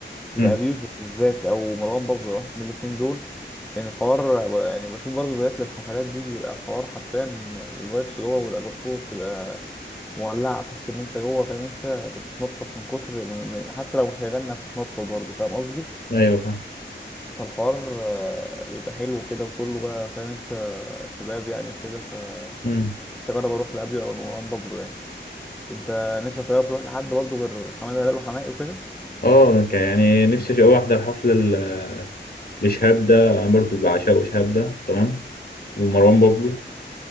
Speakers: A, in the centre; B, on the left (about 55°).
A: لأبي
B: امم
A: يوسف بالذات أو مروان بابلو واحد من الاتنين دول لأن الحوار يعني بشوف برضه فيديوهات للحفلات دي بيبقى الحوار حرفيا الفايبس جوه والأجواء جوه بتبقى مولعة تحس ان انت جوه فاهم انت بتتنطط من كتر من- من- حتى لو مش هيغني هتتنطط برضه فاهم قصدي
B: ايوه فاهم
A: فالحوار آه، بيبقى حلو كده وكله بقى فاهم انت شباب يعني وكده ف
B: امم
A: نفسي اجرب اروح لابيو او لمروان بابلو يعني انت نفسك تجرب تروح لحد برضه غير حماده هلال وحماقي وكده
B: اه ك- يعني نفسي قوي احضر حفلة ل- لشهاب ده انا برضو بعشقه شهاب ده تمام ومروان بابلو